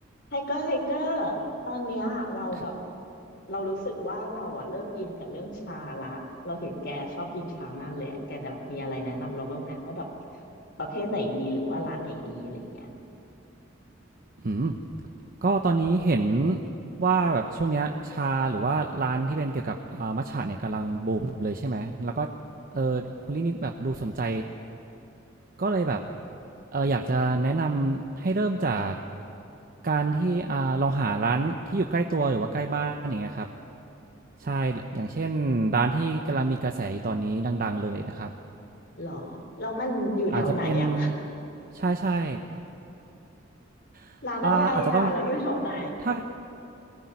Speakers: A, on the left; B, on the right.
A: ไทเกอร์ไทเกอร์ตอนเนี้ยเราแบบ
B: ค่ะ
A: เรารู้สึกว่าเราอ่ะเริ่มอินกับเรื่องชาละเราเห็นแกชอบกินชามากเลยอะแกแบบมีอะไรแนะนำเราบ้างไหมว่าแบบประเภทไหนดีหรือว่าร้านไหนดีอะไรอย่างเงี้ย
B: อืมก็ตอนนี้เห็นว่าแบบช่วงเนี้ยชาหรือว่าร้านที่เป็นเกี่ยวกับอ่ามัตจะเนี่ยกำลังบูมเลยใช่ไหมแล้วก็เอ่อคุณลินิ่แบบดูสนใจก็เลยแบบเอ่ออยากจะแนะนำให้เริ่มจากการที่อ่าลองหาร้านที่อยู่ใกล้ตัวหรือว่าใกล้บ้านอย่างเงี้ยครับใช่ลอย่างเช่นร้านที่กำลังมีกระแสอยู่ตอนนี้ดังๆเลยนะครับ
A: หรอแล้วมันอยู่แถวไหนอ่ะ
B: อาจจะเป็นใช่
A: <laughs>
B: ๆอ่าอาจจะต้อง
A: ร้านอะไรอ่ะแล้วอยู่แถวไหน
B: ถ้า